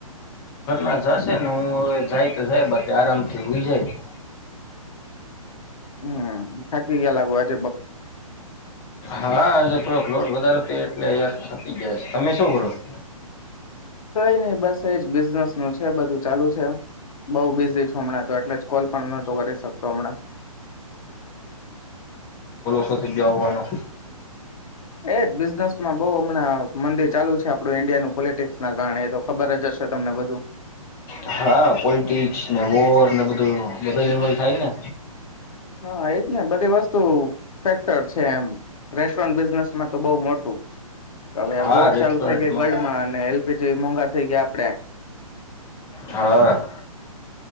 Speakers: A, on the left (about 15°); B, on the left (about 70°).
A: આ જશે ને હું હવે જાય તો જાય બાકી આરામથી હોઈ જાય.
B: હમ્મ થાકી ગયા લાગો આજ.
A: હા આજે થોડોક લોડ વધારે એટલે યાર થાકી જાય છે તમે શું કરો છો?
B: કાઈ નહી બસ તેજ બિઝનેસ નું છે બધું ચાલુ છે બહુ બિઝી હમણાં તો એટલે જ કોલ પણ નતો કરી શકતો હમણાં.
A: પોતે જવાનો.
B: એજ બિઝનેસમાં બહુ હમણાં મંદી ચાલુ છે આપણું ઈન્ડિયાનું પોલિટિક્સ ના કારણે એ તો ખબર જ હશે. તમને બધું
A: હા. વોર ને બધું ઇનવોલ થાય ને.
B: હા એજ ને બધી વસ્તુ ફેક્ટર છે એમ રેસ્ટોરન્ટ બિઝનેસમાં તો બહુ મોટું હવે આ
A: હા
B: વોર
A: રેસ્ટોરન્ટમાં
B: ચાલુ થઇ ગઈ વર્લ્ડમાં, અને એલ પી જી મોઘા થઇ ગયા આપ
A: હા.